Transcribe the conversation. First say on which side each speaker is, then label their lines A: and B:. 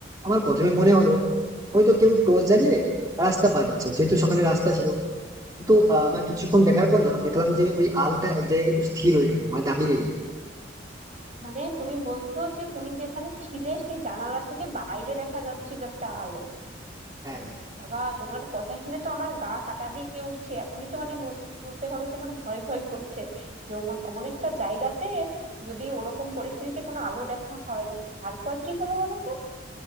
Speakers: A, on the right (about 20°); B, on the right (about 35°).
A: আমার প্রথমে মনে হলো হয়তো কেউ টর্চ জ্বালিয়ে রাস্তা পার হচ্ছে যেহেতু সকালে রাস্তা ছিল কিন্তু আহ, আমার কিছুক্ষণ দেখার পর না দেখলাম যে ওই আলোটা এক জায়গায় কিন্তু স্থির হয়ে গেল মানে দাঁড়িয়ে গেল
B: মানে তুমি বলছো যে তুমি যেখানে ছিলে সেই জানালা থেকে বাইরে দেখা যাচ্ছিল একটা আলো
A: হ্যাঁ
B: বাবা তোমার কথা শুনে তো আমার গা কাটা দিয়ে উঠছে এখনই তো মানে বলতে হবে যে আমার ভয় ভয় করছে যে অমন অমন একটা জায়গাতে যদি ওরকম পরিস্থিতিতে কোনো আলো দেখা হয় তারপর কি হলো বলো তো